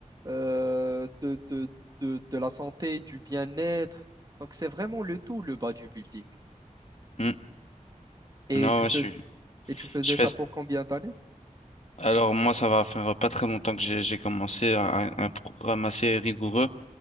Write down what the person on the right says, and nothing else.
euh, de, de, de, de la santé, du bien-être. Donc, c'est vraiment le tout, le bodybuilding.
Et
tu
fais,
et tu faisais
ça pour combien d'années?